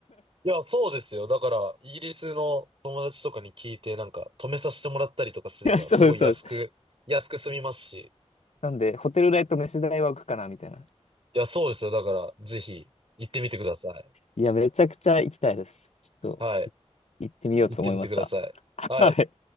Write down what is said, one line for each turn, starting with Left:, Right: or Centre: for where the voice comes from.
Right: いや、そうですよ。だから、イギリスの友達とかに聞いて、なんか、止めさせてもらったりとかすれば、
Left: <laughs> いや、そうですそうです。
Right: すごい安く、安く済みますし。
Left: なんで、ホテル代と飯代は浮くかな、みたいな。
Right: いや、そうですよ。だから、ぜひ、行ってみてください。
Left: いや、めちゃくちゃ行きたいです。ちょっと。
Right: はい。
Left: 行ってみようと思いました。
Right: 行ってみてください。
Left: <laughs>
Right: はい。
Left: はい。